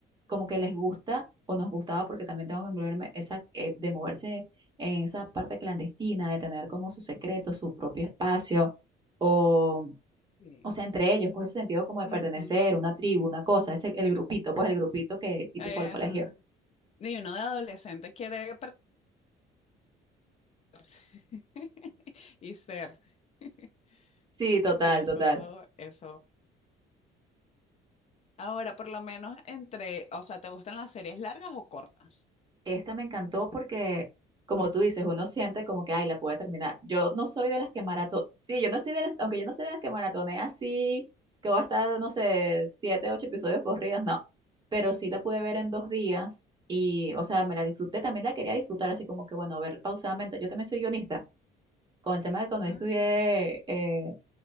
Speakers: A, on the right (about 25°); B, on the left (about 40°).
A: como que les gusta o nos gustaba, porque también tengo que incluirme, esa, eh, de moverse en esa parte clandestina, de tener como su secreto, su propio espacio, o,
B: sí.
A: o sea, entre ellos, pues ese sentido como de
B: Ujú,
A: pertenecer, una tribu,
B: ujú,
A: una cosa, ese, el grupito, pues el grupito que típico
B: Ajá.
A: del colegio.
B: Y uno de adolescente quiere per- <laughs> y ser. <laughs>
A: Sí, total,
B: Y eso,
A: total.
B: eso. Ahora, por lo menos entre, o sea, ¿te gustan las series largas o cortas?
A: Esta me encantó porque, como tú dices, uno siente como que, ay, la pude terminar. Yo no soy de las que maratón, sí, yo no soy de las, aunque yo no soy de las que maratonea así, que voy a estar, no sé, siete, ocho episodios corridos, no. Pero sí la pude ver en dos días y, o
B: Ah,
A: sea, me la disfruté, también la quería disfrutar así como que, bueno, ver pausadamente. Yo también soy guionista. Con el tema de cuando yo
B: ah,
A: estudié
B: bueno,
A: eh,